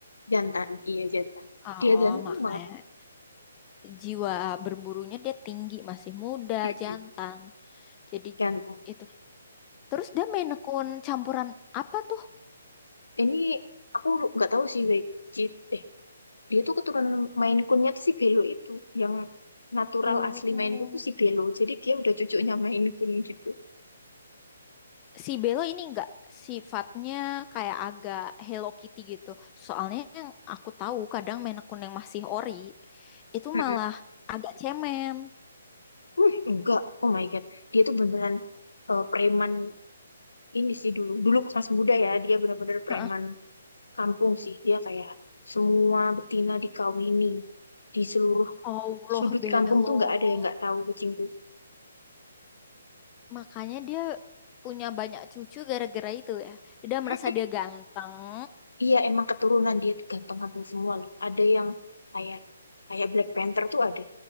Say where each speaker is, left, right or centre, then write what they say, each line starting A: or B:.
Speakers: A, on the left; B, on the left.
A: Jantan, iya jantan.
B: Oh,
A: Dia ganteng
B: makanya
A: banget.
B: jiwa berburunya dia tinggi, masih muda,
A: Mm-mm.
B: jantan. Jadi
A: Ganteng.
B: itu Terus dia main akun campuran apa tuh?
A: Ini aku lu- nggak tahu sih wajib eh dia tuh keturunan Maine Coon-nya tuh si Belo itu yang natural
B: Oh,
A: asli Maine Coon tuh si Belo jadi dia udah cucunya Maine Coon gitu
B: si Belo ini enggak sifatnya kayak agak Hello Kitty gitu. Soalnya yang aku tahu kadang main akun yang masih ori itu
A: Mm-mm.
B: malah agak cemen.
A: uh enggak oh my god dia tuh beneran eh, preman ini sih dulu dulu pas masih muda ya dia bener-bener preman
B: Heeh.
A: kampung sih dia kayak semua betina dikawini di seluruh
B: Allah
A: sudut
B: Belo.
A: kampung tuh nggak ada yang nggak tahu kucing
B: Makanya dia punya banyak cucu gara-gara itu ya. Dia merasa
A: kucing
B: dia ganteng.
A: Iya, emang keturunan dia tuh ganteng-ganteng semua loh. Ada yang kayak kayak Black Panther tuh ada